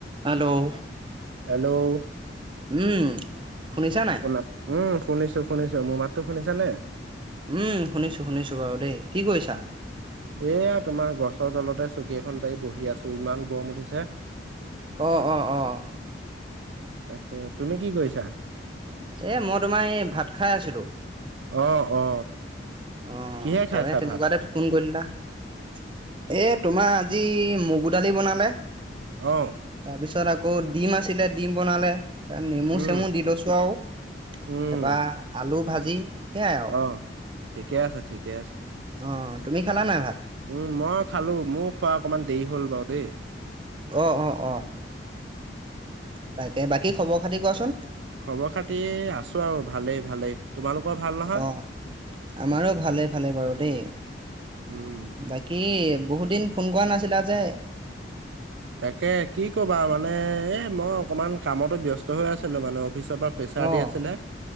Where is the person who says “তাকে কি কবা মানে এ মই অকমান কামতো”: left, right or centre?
Right